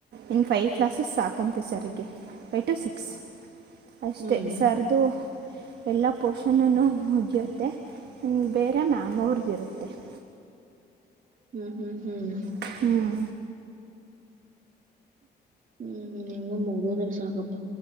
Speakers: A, on the right (about 70°); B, on the right (about 50°).
A: ಇನ್ನು ಫೈ ಕ್ಲಾಸಸ್ ಸಾಕಂತೆೆ ಸರ್ಗೆ ಫೈವ ಟು ಸಿಕ್ಸ್ ಅಷ್ಟೆ
B: ಹ್ಮ್
A: ಸರ್ದುು ಎಲ್ಲಾ ಪೋಷಣನು ಮುಜಿಯುತ್ತೆ ಬೇರೆ ಮ್ಯಾಮ್ ಅವರ್ ಇರುತ್ತೆ <inaudible>
B: ಹ್ಮ್ ಹ್ಮ್ ಹ್ಮ್
A: ಹ್ಮ್
B: ಹ್ಮ್ ಹೆಂಗೋ ಮುಗುದದ ಅಲ್ಲ ಸಾಕಪ್ಪ